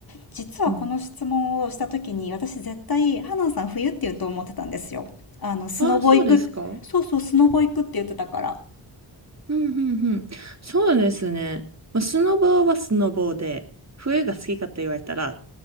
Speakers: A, on the left; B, on the right.
A: 実はこの質問をした時に、
B: うん。
A: 私絶対、ハナンさん冬って言うと思ってたんですよ。あの、スノボ行く、
B: ああ、そうですか。
A: そうそう、スノボ行くって言ってたから。あ
B: うんうんうん。そうですね。まあスノボはスノボで、冬が好きかと言われたら、